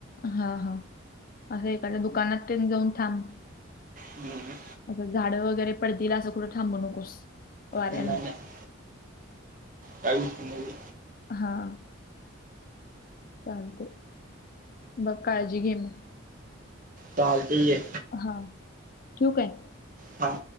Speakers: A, on the left; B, on the right.
A: हा हा असं एखाद्या दुकानात तेन जाऊन थांब.
B: हम्म
A: आसं झाडं वगैरे पडतील आसं कुठं थांबू नकोस. वाऱ्यानं
B: नाही नाही. काय विषय नाही.
A: हां चालतय, बघ काळजी घे मग.
B: चालतय ये.
A: हा ठेवू काय?
B: हा